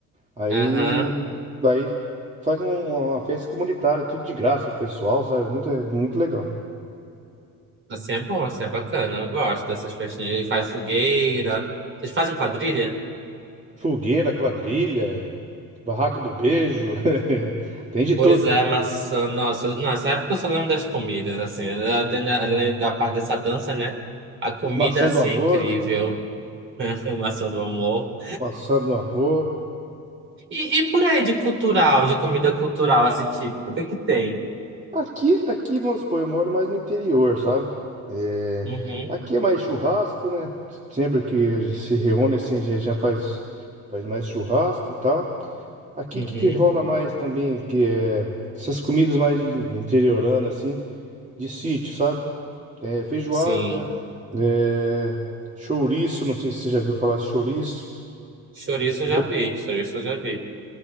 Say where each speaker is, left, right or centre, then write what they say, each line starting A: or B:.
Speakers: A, on the right (about 20°); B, on the right (about 40°).
A: Aí
B: Aham.
A: daí faz um- uma festa comunitária, tudo de graça pro pessoal, sabe? Muito, é muito legal.
B: Assim é bom, assim é bacana. Eu gosto dessas festinhas. Ele faz fogueira. Vocês fazem quadrilha?
A: Fogueira, quadrilha, barraca do beijo, <laughs> tem de
B: Pois
A: tudo.
B: é, maçã. Nossa, eu- nessa época eu só lembro das comidas, assim. Além da além da parte dessa dança, né? A comida,
A: Maçã
B: assim,
A: do amor,
B: é incrível. <laughs> Maçã do amor.
A: maçã do amor.
B: E, e por aí de cultural, de comida cultural, assim, tipo, o que que tem?
A: Aqui, aqui vamos supor, eu moro mais no interior, sabe? É,
B: Uhum,
A: aqui é mais churrasco, né? Sempre que a gente se reúne assim, a gente já faz, faz mais churrasco e tal. Aqui
B: uhum.
A: o que, que rola mais também, que é essas comidas mais de interiorana, assim, de sítio, sabe? É, feijoada,
B: Sim.
A: é, chouriço, não sei se você já viu falar chouriço,
B: Chouriço eu
A: do-
B: já vi, chouriço eu já vi.